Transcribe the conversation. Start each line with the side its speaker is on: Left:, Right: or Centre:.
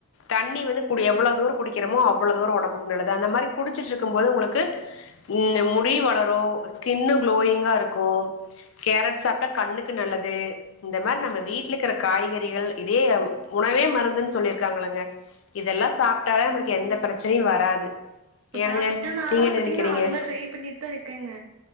Left: தண்ணி வந்து குடி எவ்ளோ தூரோ குடிக்கிறமோ அவ்ளோ தூரோ ஒடம்புக்கு நல்லது அந்த மாரி குடிச்சிட்டு இருக்கு போது உங்களுக்கு ம் முடி வளரு ஸ்கின்னு க்ளோயிங்கா இருக்கு கேரட் சாப்ட்டா கண்ணுக்கு நல்லது இந்த மாரி நம்ம வீட்ல இக்கற காய்கறிகள் இதே உணவே மருந்துன்னு சொல்லியிருக்காங்களங்க இதெல்லா சாப்ட்டாலே நம்மளுக்கு எந்த ப்ரச்சனையு வராது
Right: இப்ப
Left: ஏனுங்க
Right: பாத்தீங்கன்ன நாலா
Left: நீங்க என்ன
Right: பாத்தீங்கன்னா
Left: நெனைக்கிறீங்க
Right: அதெல்லா ட்ரை பண்ணிட்டு தா இருக்கங்க